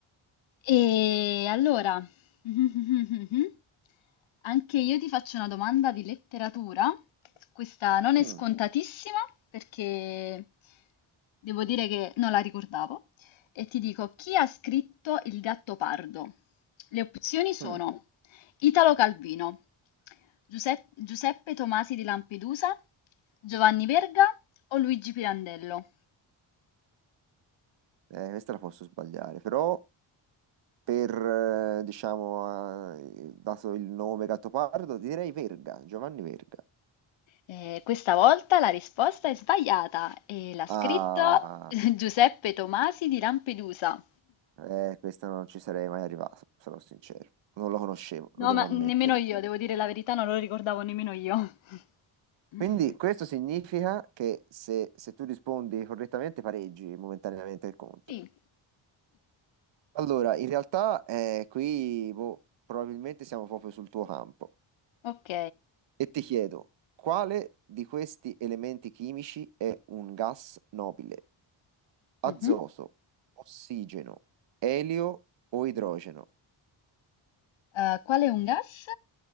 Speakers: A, on the left (about 70°); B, on the right (about 60°).
A: E allora, <laughs> anche io ti faccio una domanda di letteratura. Questa non è
B: mm,
A: scontatissima perché devo dire che non la ricordavo. E ti dico, chi ha scritto Il gatto pardo? Le opzioni sono
B: mm,
A: Italo Calvino, Giuseppe, Giuseppe Tomasi di Lampedusa, Giovanni Verga o Luigi Pirandello?
B: eh, questa la posso sbagliare, però per, eh, diciamo, eh, dato il nome Gattopardo, direi Verga, Giovanni Verga.
A: Eh, questa volta la risposta è sbagliata e l'ha scritto
B: Ah,
A: <laughs> Giuseppe Tomasi di Lampedusa.
B: eh, questa non ci sarei mai arrivato, sarò sincero. Non lo conoscevo, lo
A: No,
B: devo
A: ma
B: ammettere.
A: nemmeno io, devo dire la verità, non lo ricordavo nemmeno io. <laughs>
B: Quindi questo significa che se, se tu rispondi correttamente pareggi momentaneamente il conto.
A: Sì.
B: Allora, in realtà eh, qui boh, probabilmente siamo proprio sul tuo campo.
A: Ok.
B: E ti chiedo, quale di questi elementi chimici è un gas nobile?
A: Mhm.
B: Azoto, ossigeno, elio o idrogeno?
A: Eh, qual è un gas